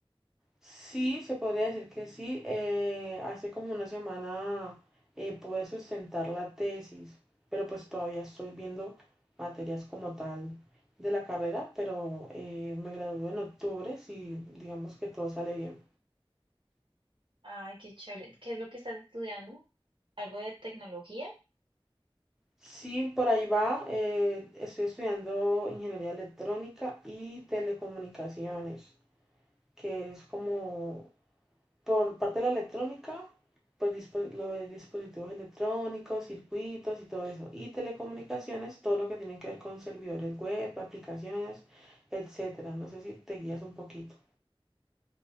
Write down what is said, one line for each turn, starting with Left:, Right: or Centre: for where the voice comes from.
Centre: Sí, se podría decir que sí. eh, hace como una semana eh, pude sustentar la tesis, pero pues todavía estoy viendo materias como tal de la carrera, pero eh, me gradúo en octubre, si digamos que todo sale bien.
Right: Ay, qué chévere. ¿Qué es lo que estás estudiando? ¿Algo de tecnología?
Centre: Sí, por ahí va. eh, estoy estudiando ingeniería electrónica y telecomunicaciones, que es como por parte de la electrónica, pues dispo- lo de dispositivos electrónicos, circuitos y todo eso. Y telecomunicaciones, todo lo que tiene que ver con servidores web, aplicaciones, etcétera. No sé si te guías un poquito.